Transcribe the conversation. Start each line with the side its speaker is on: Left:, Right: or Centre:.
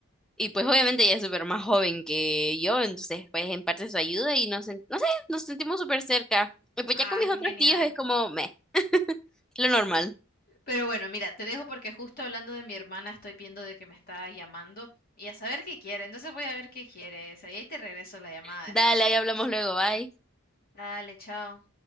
Centre: y pues obviamente ella es súper más joven que yo, entonces pues en parte su ayuda y nos, sen- no sé, nos sentimos súper cerca. Y pues
Left: Ah,
Centre: ya con mis
Left: qué
Centre: otros
Left: genial.
Centre: tíos es como, meh, lo normal.
Left: Pero bueno, mira, te dejo porque justo hablando de mi hermana estoy viendo de que me está llamando y a saber qué quiere. Entonces voy a ver qué quiere esa y ahí te regreso la llamada
Centre: Dale,
Left: después.
Centre: ahí hablamos luego, bye.
Left: Dale, chao.